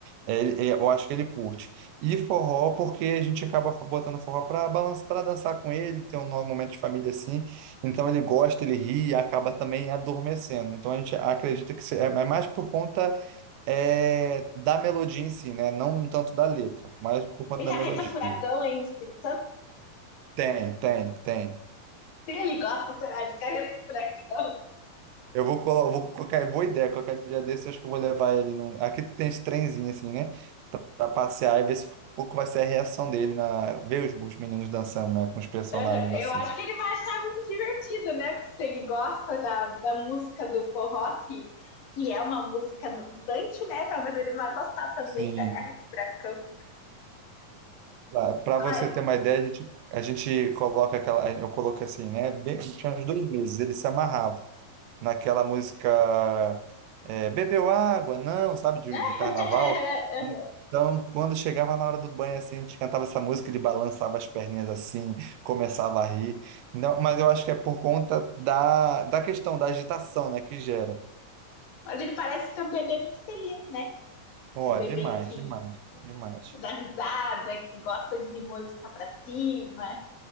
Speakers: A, on the right (about 80°); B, on the left (about 55°).
A: ele- ele- é, eu acho que ele curte. E forró, porque a gente acaba botando forró para balançar, para dançar com ele, ter um no- momento de família assim. Então ele gosta, ele ri e acaba também adormecendo. Então a gente acredita que se- é é mais por conta é, da melodia em si, né? Não tanto da letra, mas por conta
B: Tem
A: da
B: carreta
A: melodia.
B: furacão aí no Espírito Santo?
A: Tem, tem, tem.
B: Sim, ele gosta, será, de carreta furacão.
A: Eu vou colocar, vou colocar, boa ideia, qualquer dia desse, eu acho que eu vou levar ele num. Aqui tem esse trenzinho assim, né? pra passear e ver se, qual que vai ser a reação dele na ver os, os meninos dançando, né, com os personagens
B: Aham, Eu
A: assim.
B: acho que ele vai achar muito divertido, né? Porque se ele gosta da, da música do forró, que, que é uma música dançante, né? Talvez ele vá gostar também
A: Sim.
B: da carreta furacão.
A: Pra pra
B: Ai,
A: você ter uma ideia, a gente, a gente coloca aquela, eu coloquei assim, né, bem, tinha uns dois meses, ele se amarrava naquela música é, Bebeu água, não, sabe, de,
B: <laughs>
A: de carnaval. Então, quando chegava na hora do banho, assim, a gente cantava essa música, ele balançava as perninhas assim, começava a rir. Não, mas eu acho que é por conta da, da questão da agitação, né, que gera.
B: Mas ele parece ser um bebê muito feliz, né?
A: Ó,
B: Um bebê
A: demais,
B: que,
A: demais, demais.
B: que dá risada, que gosta de música pra cima,